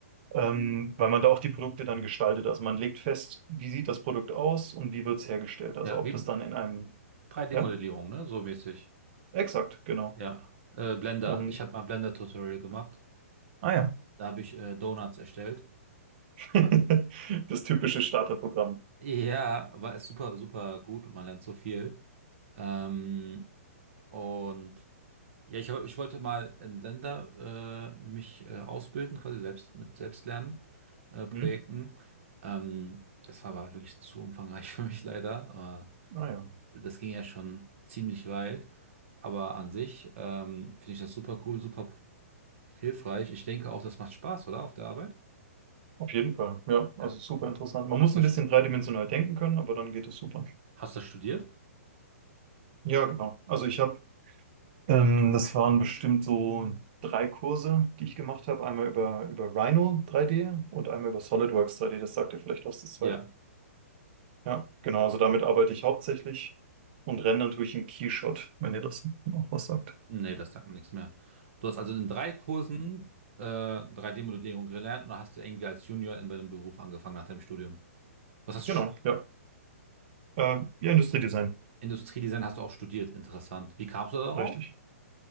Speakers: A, on the right (about 45°); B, on the right (about 60°).
A: ähm, weil man da auch die Produkte dann gestaltet. Also man legt fest, wie sieht das Produkt aus und wie wird es hergestellt. Also
B: Ja,
A: ob
B: wie
A: das dann in einem,
B: drei d
A: ja,
B: modellierung ne? So mäßig.
A: exakt, genau.
B: Ja. Äh, Blender.
A: Und,
B: Ich habe mal Blender-Tutorial gemacht.
A: ah ja,
B: Da habe ich äh, Donuts erstellt.
A: <laughs>
B: Wa-
A: das typische Starterprogramm.
B: ja, war es super, super gut und man lernt so viel. Ähm, und ja, ich, ich wollte mal in Blender äh, mich äh, ausbilden, quasi selbst mit Selbstlernen, äh, Projekten.
A: Hm?
B: Ähm, das war aber wirklich zu umfangreich <laughs> für mich leider.
A: Ah ja.
B: Äh, das ging ja schon ziemlich weit. Aber an sich ähm, finde ich das super cool, super hilfreich. Ich denke auch, das macht Spaß, oder? Auf der Arbeit?
A: Auf jeden Fall, ja,
B: Ja.
A: also super interessant. Man
B: Hast
A: muss
B: du,
A: ein bisschen dreidimensional denken können, aber dann geht es super.
B: hast du studiert?
A: Ja, genau. Also ich habe, ähm, das waren bestimmt so drei Kurse, die ich gemacht habe. Einmal über, über Rhino 3D und einmal über SolidWorks 3D. Das sagt dir vielleicht was, das zweite.
B: Ja.
A: Ja, genau. Also damit arbeite ich hauptsächlich und rendern tue ich im Keyshot, wenn ihr das noch was sagt.
B: Nee, das sagt mir nichts mehr. Du hast also in drei Kursen äh, 3D-Modellierung gelernt und dann hast du irgendwie als Junior in deinem Beruf angefangen nach deinem Studium. Was hast
A: Genau,
B: du studiert?
A: ja. Äh, ja, Industriedesign,
B: Industriedesign hast du auch studiert, interessant. Wie kamst du darauf?
A: richtig.